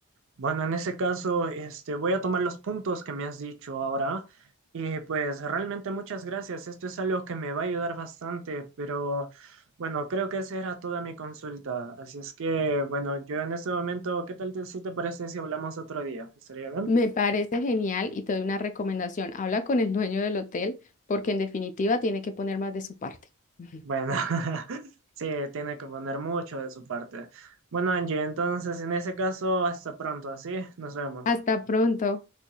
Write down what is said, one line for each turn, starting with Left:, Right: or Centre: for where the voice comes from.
Right: Bueno, en ese caso, este, voy a tomar los puntos que me has dicho ahora. Y pues realmente muchas gracias. Esto es algo que me va a ayudar bastante, pero bueno, creo que esa era toda mi consulta. Así es que, bueno, yo en este momento, ¿qué tal te, si te parece si hablamos otro día? ¿Estaría bien?
Left: Me parece genial y te doy una recomendación. Habla con el dueño del hotel porque en definitiva tiene que poner más de su parte. Ujú.
Right: Bueno, <laughs> sí, tiene que poner mucho de su parte. Bueno, Angie, entonces en ese caso, hasta pronto, ¿sí? Nos vemos.
Left: Hasta pronto.